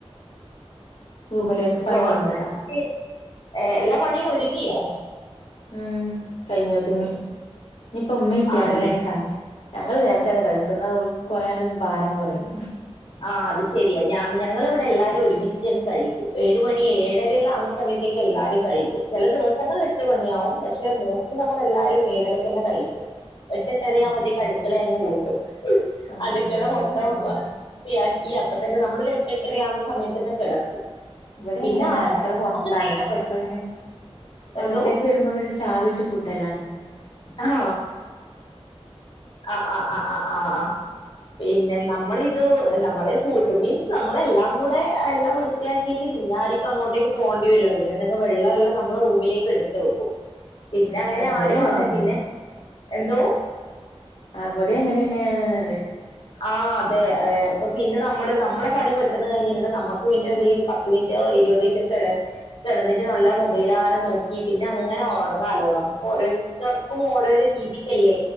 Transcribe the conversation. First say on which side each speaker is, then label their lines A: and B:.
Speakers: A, on the left; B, on the left.
A: റൂമിലേക്ക്െ പണ
B: ചോറൊക്കെ
A: വന്നതാ
B: കഴിച്ചിട്ട് ഏഹ് എല്ലാ പണിയും ഒരുങ്ങിയോ
A: ഉം കൈഞ്ഞോതിങ്ങി ഇനിയിപ്പ ഉമ്മ ഇപ്പയാണ്
B: ആണല്ലേ
A: കഴിക്കാൻ ഞങ്ങള്ൾ നേരത്തെ തന്നെ കഴിക്കുന്നത് കുറയണ്ട് ഭാരം കുറയും
B: ആഹ അത് ശെരിയ ഞാ ഞങ്ങ ഇവിടെ എല്ലാരും ഒരുമിച്ചിട്ട കഴിക്കും ഏഴ മണി ഏഴരയല്ല ആുന്ന സമയത്തേക്ക് എല്ലാരും കഴിക്കും ചില ദിവസങ്ങൾ എട്ട് മണിയാാവും പക്ഷെ മോസ്റ്റ്ലി നമ്മള എല്ലരും ഏഴരക തന്നെ കഴിക്കും എട്ടിട്ടര
A: ആഹ്
B: ആുമ്പഴത്തേക്ക്
A: അങ്ങനെ
B: അടുക്കള അങ്ങ് പൂട്ടും
A: ആഹ്
B: അടുക്കള
A: ഇവിടെ
B: മൊത്തം
A: അങ്ങനെ
B: വയാക്കി അപ്പ തന്നെ നമ്മളൊരു എട്ട്ട്ടരയാവുന്ന സമയത്ത് തന്നെ കിടക്കും
A: ഇവിടെ
B: പിന്നെ
A: എങ്ങനെന്നാ
B: ആരും
A: അടുക്കള പുൊറത്താണേ
B: ഒന്നും ചെയ്യാൻ പറ്റ
A: അപ്പൊ പിന്നെ
B: എന്തോ
A: അകത്തേക്ക് വരുമ്പോ പിന്നെ ചാവി വിട്ട് കൂട്ടലാണ്
B: ആഹ ആഹ ആഹ ആ് ആ് ആഹ് ആഹ പിന്നെ നമ്മളിത് നമ്മളെ ഫൂട്ട് മീൻസ് നമ്മളെല്ലാം കൂടെ എല്ലാം വൃത്തിയാക്കിയിട്ട് പി ഞാരിക്കുംങ്ങോട്ടേക്ക് പോകേണ്ട വരള്ള പിന്നെന്തെ വെള്ളെ നമ്മ റൂമിലേക്ക് എടുത്ത് വെക്കും പിന്നെ
A: ഉം
B: അങ്ങനെ
A: എവിടെ
B: ആര
A: അങ്ങനെന്നെ
B: പിന്നെ എന്തോ
A: അവിടെ അങ്ങനെയണ അ
B: ആഹ അതെ അതെ ഇപ്പ പിന്നെ നമ്മള് നമ്മെ പണി പെട്ടെന്ന് കഴിഞ്ഞ നമമ്മക്ക് പിന്നെ ഒരു പത്ത് മിനിറ്റോ ഇരുപത് മിനെ കിടന്നിട്ട് നല്ല മൊബൈൽ അങ്ങനെ നോക്കി പിന്നെ അങ്ങനെ ഉറങ്ങാാലോ നമുക്ക് ഓോ ും ഓരോരോ രീതിക്കല്ലേ